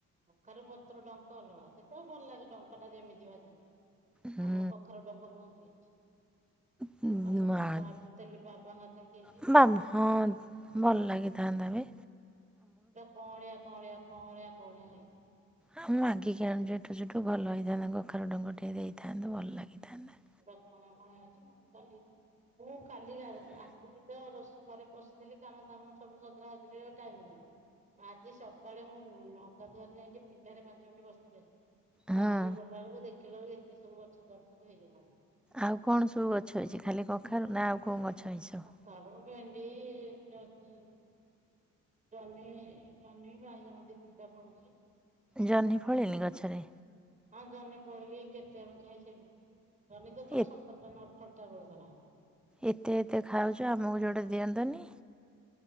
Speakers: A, on the right (about 25°); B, in the centre.
A: କଖାରୁ ପତ୍ର ଡଙ୍କ ଅଲଗା ସେତ ଭଲ ଲାଗେ ଡଙ୍କଟା ଯେମିତି ଭାଜିଲେ
B: ହୁଁ
A: ଆମର କଖରୁ ଡଙ୍କ ବୋହୁତ ହେଇଚି।
B: ହୁଁ
A: କାଲି
B: ମା
A: ଭାବିଥିଲି ବାବାଙ୍କ ହାତରେ ଦେଇଦେବି
B: ବା
A: ଭୁଲିଗଲି।
B: ହଁ ଭଲ ଲାଗିଥାନ୍ତା ଏବେ।
A: ପୁରା କଅଁଳିଆ କଅଁଳିଆ କଅଁଳିଆ କଅଁଳିଆ ହେଇଚି।
B: ଆ ମୁଁ ମାଗିକି ଆଣୁଚି ଏଠୁ ସେଠୁ ଭଲ ହେଇଥାନ୍ତା କଖାରୁ ଡଙ୍କ ଟିକେ ଦେଇଥାନ୍ତ ଭଲ ଲାଗିଥାନ୍ତା।
A: ପୁରା କଅଁଳିଆ କଅଁଳିଆ ହେଇଚି ମୁ ବି କାଲିକି ମୁଁ କାଲିକି ଆ ଆସିକି ତ ରୋଷ ଘରେ ପଶିଥିଲି କାମ ଦାମ ସବୁ ସଜଡା ସଜଡ଼ିରେ ଟାଇମି ଗଲା। ଆଜି ସକାଳେ ମୁଁ ନଗାଧୁଆରେ ଯାଇଁ ଟିକେ ପିଣ୍ଢାରେ ପାଞ୍ଚ ମିନିଟ୍ ବସିିକି ଆସି
B: ହଁ
A: ବାହରକୁ ଗଲାବେଳକୁ ଦେଖିଲା ବେଳକୁ ଏତେ ସବୁ ଗଛ ତାର ସବୁ ହେଇଗଲାଣି।
B: ଆଉ କଣ ସବୁ ଗଛ ଅଛି ଖାଲି କଖାରୁ ନା ଆଉ କଣ ଗଛ ହେଇଛି? ସବୁ
A: କଖାରୁ, ଭେଣ୍ଡି, <inaudible> ଜହ୍ନି ଜହ୍ନି ବାଇଗଣ ଦି ତିନିଟା ଫଳୁଚି।
B: ଜହ୍ନି ଫଳେନି ଗଛରେ?
A: ହଁ ଜହ୍ନି ଫଳିକି କେତେ ଆମେ ଖାଇ ସାଇଲୁଣି ଜହ୍ନି ତ ଥରେ
B: ଏ
A: ସତରଟା ନା ଅଠରଟା ଫଳିଥିଲା।
B: ଏତେ ଏତେ ଖାଉଚ ଆମକୁ ଯୋଡେ ଦିଅନ୍ତନି